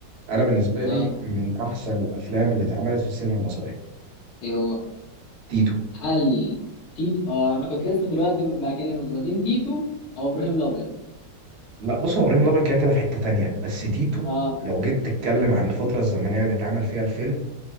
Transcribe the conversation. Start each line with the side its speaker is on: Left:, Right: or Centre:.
Right: انا بالنسبه لي
Left: اه
Right: من احسن الافلام اللي اتعملت في السينما المصريه
Left: ايه هو
Right: تيتو
Left: هل تيتو اه انا كنت لسه دلوقتي بكلمك ما بين تيتو او ابراهيم الابيض
Right: لا بص هو ابراهيم الابيض كده كده في حته تانية بس تيتو
Left: اه
Right: لو جيت تتكلم عن الفتره الزمنيه اللي اتعمل فيها الفيلم